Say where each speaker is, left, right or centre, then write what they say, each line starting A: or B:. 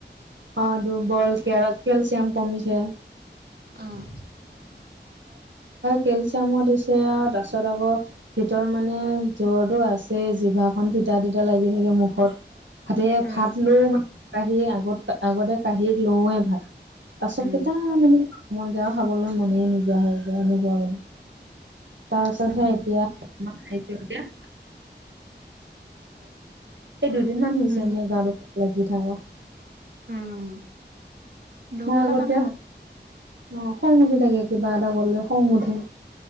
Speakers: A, on the right; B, on the right.
A: অ ডুবল কে কেলচিয়াম কমিছে
B: উম।
A: কেলছিয়ামো দিছে আৰু তাৰ পাছত আকৌ ভিতৰত মানে জ্বৰটো আছেই। জিভাখন তিতা তিতা লাগি থাকে মুখত, ভাতে
B: উম,
A: ভাত লৈও মা কাঢ়িয়ে আগত আগতে কাঁহিত লওঁৱে ভাত। পাছত
B: উম।
A: কেইটা মানে মন যোৱা খাবলৈ মনে নোযোৱা হয় যায় এনেকুৱা মানে। তাৰপাছত
B: উম।
A: সে এতিয়া এই দুদিন মান হৈছে
B: উম,
A: মোৰ গা দুখ লাগি থকা।
B: উম, দুৰ্বলৰ
A: মই আগতে,
B: কাৰণে হয়।
A: অ খং উঠি থাকে কিবা এটা ক'লে খং উঠে।